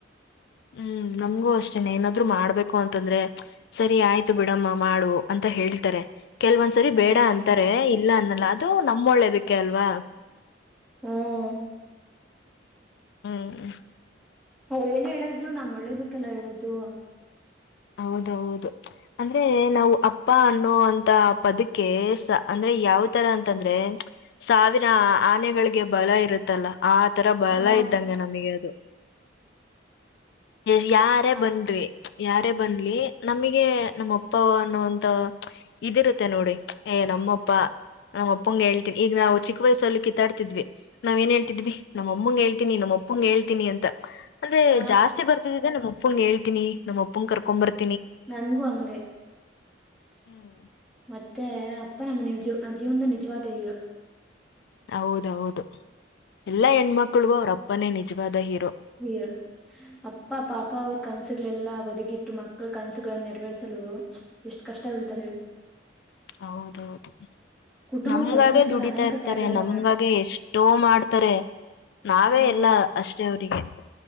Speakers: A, on the left; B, in the centre.
A: ಹ್ಮ್ಮ್ ನಮಗೂ ಅಷ್ಟೇನೆ ಏನಾದರೂ ಮಾಡಬೇಕು ಅಂತಂದ್ರೆ ಸರಿ ಸರಿ ಆಯ್ತು ಬಿಡಮ್ಮ ಮಾಡು ಅಂತ ಹೇಳ್ತಾರೆ ಕೆಲವೊಂದು ಸರಿ
B: ಹ್ಮ್
A: ಬೇಡ ಅಂತಾರೆ ಇಲ್ಲ ಅನ್ನಲ್ಲ ಅದು ನಮ್ಮ ಒಳ್ಳೇದಕ್ಕೆ ಅಲ್ವಾ
B: ಆ ಅ
A: ಆ ಅ
B: ಅವರೇನ‌ ಹೇಳದರು ನಮ್ಮ ಒಳ್ಳೇದಕ್ಕಲ್ಲ ಹೇಳೋದು
A: ಹೌದೌದ ಅಂದ್ರೆ ನಾವು ಅಪ್ಪ ಅನ್ನೋ ಅಂತ ಪದಕ್ಕೆ ಅಂದ್ರೆ ಯಾವ ತರ ಅಂತ ಅಂದ್ರೆ ಸಾವಿರ ಆನೆಗಳಿಗೆ ಬಲ ಇರುತ್ತಲ್ಲ ಆತರ ಬಲ
B: ಹ
A: ಇದ್ದಂಗೆ ನಮಗೆ ಅದು ಬೇರೆ ಯಾರೇಬನ್ರೀ
B: ಅಪ್
A: ಯಾರ ಯಾರೇ ಬರಲಿ ನಮಗೆ ನಮ್ಮಪ್ಪ ಅನ್ನುವಂತ ಇದು ಇರುತ್ತೆ ನೋಡಿ ಏನಮ್ಮಪ್ಪ ನಮ್ಮಪ್ಪಂಗೆ ಹೇಳ್ತೀನಿ ಈಗ ನಾವು ಚಿಕ್ಕ ವಯಸ್ಸಲ್ಲು ಕಿತ್ತಾಡ್ತಿದ್ವಿ ನಾವೇನ್ ಹೇಳ್ತಿದ್ವಿ ನಮ್ಮಮ್ಮಂಗೆ ಹೇಳ್ತೀನಿ, ನಮ್ಮಪ್ಪಂಗೆ ಹೇಳ್ತೀನಿ ಅಂತ. ಅಂದ್ರೆ
B: ಹ
A: ಜಾಸ್ತಿ ಬರ್ತಿದ್ದಿದೆ ನಮ್ಮಪ್ಪ ನಮ್ಮಪ್ಪಂಗೆ ಹೇಳ್ತೀನಿ ನಮ್ಮಪ್ಪ ನಮ್ಮಪ್ಪಂಗ ಕರ್ಕೊಂಬರ್ತೀನಿ
B: ನನಗೂ ಅಂಗೆ
A: ಉಮ್ಮ
B: ಮತ್ತೆ ಅಪ್ಪ ನಮ್ಮ ನಿವ ಜೀವ ಜೀವನ ನಿಜವಾದ ಹೀರೋ
A: ಹೌದೌದು ಎಲ್ಲ ಹೆಣ್ಣ ಮಕ್ಕಳಗೂ ಅವರಪ್ಪ ಪನ್ನೇ ನಿಜವಾದ ಇಪ್ಪ
B: ನೀರ ಅಪ್ಪ ಪಾಪ ಅವರು ಕನಸುಗಳೆಲ್ಲ ಬದಿಗಿಟ್ಟು ಮಕ್ಕಳ ಕೆಲಸಗಳನ್ನು ನೆರವೇರಿಸಲು ಎಷ್ಟು ಕಷ್ಟ ಪಡುತ್ತಾರೆ ಹೇಳು
A: ಹೌದ ಹೌದ
B: ಕುಟುಂಬ
A: ನಮಗ
B: ಸಂತೋಷಕ್ಕಾಗಿ
A: ಆಗೆ ದುಡಿತ್ತಿರುತ್ತಾರೆ
B: ಅನೇಕ ತ್ಯಾಗಗಳನ್ನ
A: ನಮಗಾಗೆ
B: ಮಾಡ್ತಾರೆ
A: ಎಷ್ಟೋ ಮಾಡುತ್ತಾರೆ ನಾವೇಎಲ್ಲಾ
B: ಹಾ
A: ಅಷ್ಟೆ ಅವರಿಗೆ